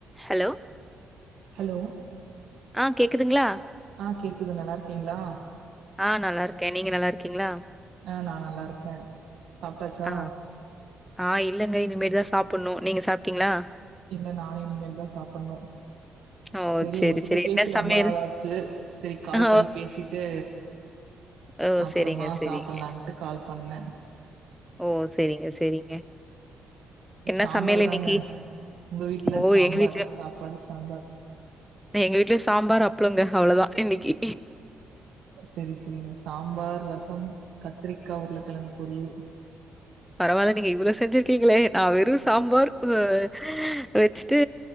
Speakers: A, in the centre; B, on the right (about 80°).
A: Hello!
B: Hello
A: ஆ கேக்குதுங்ளா
B: ஆஹ கேக்குது நல்லாருக்கீங்களா
A: ஆஹ நல்லா இருக்கேன் நீங்க நல்லா இருக்கீங்களா
B: ஆ நா நல்லா இருக்கேன் சாப்ட்டாச்சா
A: ஆ ஆ இல்லங்க இனிமேதா சாப்ட்டணும் நீங்க சாப்ட்டீங்களா
B: இல்ல நானும் இனிமேல் தா சாப்டணும்
A: ஓ
B: செரி
A: சரி
B: உங்ககிட்ட
A: சரி
B: பேசி
A: என்ன
B: ரொம்ப
A: சமையல்?
B: நாளாச்சு செரி கால்
A: ஓ
B: பண்ணி பேசிட்டு
A: ஓ
B: அப்பறமா
A: சரிங்க சரிங்க.
B: சாப்டலான்ட்டு கால் பண்ண
A: ஓ சரிங்க சரிங்க என்ன
B: சாம்பார்
A: சமையல் இன்னிக்கி
B: தாங்க உங்க வீட்ல
A: ஓ
B: சாம்பார்
A: எங்க வீட்லயும்
B: சாப்பாடு சாம்பார்
A: எங்க வீட்ல சாம்பார் அப்ளம்ங்க அவ்ளோதா இன்னிக்கி
B: சரி சரிங்க சாம்பார் ரசம் கத்திரிக்காய் உருளைக்கிழங்கு பொரியல்
A: பரவாயில்ல நீங்க இவ்ளோ செஞ்சிருக்கீங்களே நா வெறும் சாம்பார் வ வச் ட்டு